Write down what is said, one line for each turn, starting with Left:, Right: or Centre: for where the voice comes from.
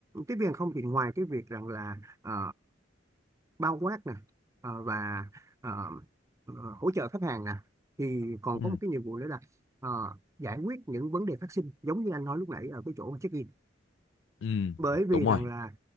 Right: tiếp viên hàng không thì ngoài cái việc rằng là ờ, bao quát nè ờ, và ờ, ờ, hỗ trợ khách hàng nè thì còn
Left: ừ
Right: có một cái nhiệm vụ nữa là ờ, giải quyết những vấn đề phát sinh giống như anh nói lúc nãy ở cái chỗ check-in
Left: ừ
Right: bởi vì
Left: đúng rồi
Right: rằng là